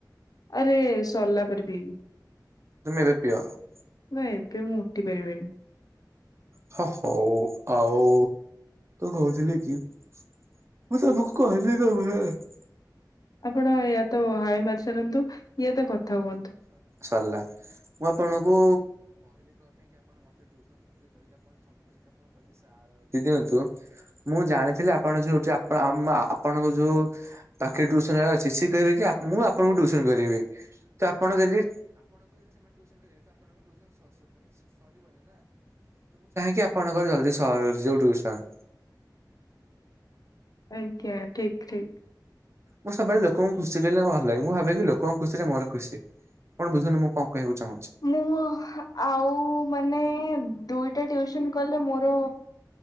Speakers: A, on the left; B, on the right.
A: ଆରେ ସର୍ଲା ପରେ ପିଇବି।
B: <inaudible>
A: ନା ଏବେ ମୁଁ ଉ ପାରିବି।
B: ହ ହଉ ଆଉ କହୁଥିଲି କି <inaudible>
A: ଆପଣ ୟାତ ହାଏ ମାରି ସାରନ୍ତୁ, ତ କଥା ହୁଅନ୍ତୁ।
B: ସର୍ଲା, ମୁଁ ଆପଣକୁ <unintelligible> ମୁଁ ଜାଣିଥିଲି ଆପଣ ଯଉଠି---------ଆପଣ ଯଉ ପାଖେରେ ସନ୍‌ ଜାଗା ଅଛି, ସିଏ କହିବେ କି ମୁଁ ଆପଣଙ୍କୁ ଟୁଇସନ୍‌ କରିବି। <inaudible> ତ ମୁଁ ଚାହେଁ କି ଆପଣଙ୍କର ଜଲ୍ଦି ସ---ରିଯାଉ ଟୁଇସନ୍।
A: ଆଜ୍ଞା, ଠିକ୍ ଠିକ୍।
B: ମୁଁ ସ ଲୋକଙ୍କୁ ଖୁସି କରିଲେ ଭଲ୍‌ ଲାଗେ, ମୁଁ ଭାବେକି ଲୋକଙ୍କ ଖୁସିରେ ମୋର ଖୁସି। <inaudible>
A: ମୁଁ ଆଉ ମାନେ ଦୁଇଟା ଟିଉସନ୍‌ କଲେ ମୋର